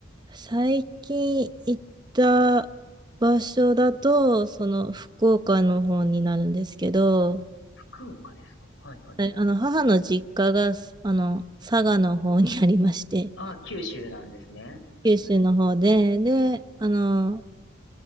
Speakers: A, on the right (about 20°); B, on the left (about 75°).
A: 最近行った場所だと、その福岡の方になるんですけど、
B: 福岡ですかはいはい。
A: はいあの母の実家があの佐賀の方にありまして、
B: あ、九州なんですね。はいはい。
A: 九州の方で、で、あの、